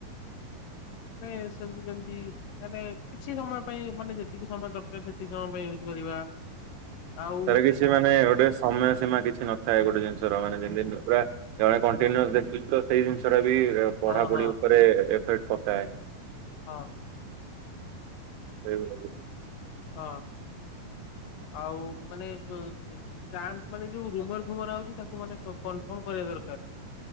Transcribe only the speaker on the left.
ନାଇ ସେମତି ଯେମତି ମାନେ କିଛି ସମୟ ପାଇଁ ମାନେ ଯେତିକି ସମୟ ଦରକାର ସେତିି ସମୟ ପାଇଁ ୟୁଜ୍ କରିବା। ଆଉ
ହଁ ହଁ
ହଁ।
ହଁ। ଆଉ ମାନେ ଅ ଫ୍ୟାନସ୍ ମାନେ ଯୋଉ ରୁମର ଫୁମର ଆଉଛି ତାକୁ ମାନେ କନଫର୍ମ କରିବା ଦରକାର।